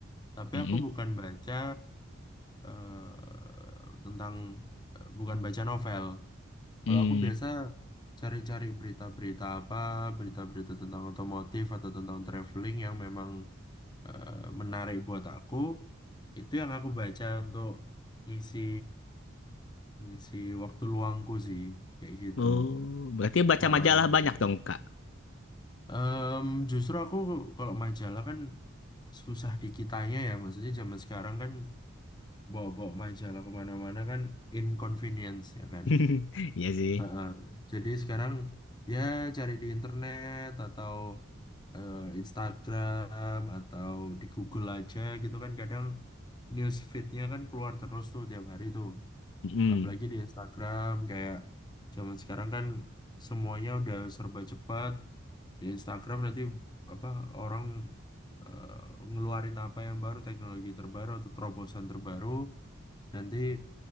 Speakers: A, on the left; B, on the left.
A: tapi
B: Mm-mm.
A: aku bukan baca eh, tentang eh, bukan baca novel. Kalau
B: Mm.
A: aku biasa cari-cari berita-berita apa, berita-berita tentang otomotif atau tentang traveling yang memang eh, menarik buat aku, itu yang aku baca untuk ngisi ngisi waktu luangku sih, kayak gitu.
B: Oh berarti baca
A: Heeh.
B: majalah banyak dong Kak
A: Em, justru aku kalau majalah kan susah dikitanya ya, maksudnya zaman sekarang kan bawa-bawa majalah kemana-mana kan inconvenience ya kan.
B: <laughs> iya sih
A: Heeh. Jadi sekarang ya cari di internet atau eh, Instagram atau di Google aja gitu kan kadang news feed-nya kan keluar terus tuh tiap hari tuh.
B: mm
A: Apalagi di Instagram kayak zaman sekarang kan semuanya udah serba cepat. Di Instagram nanti apa orang eh, ngeluarin apa yang baru, teknologi terbaru atau terobosan terbaru nanti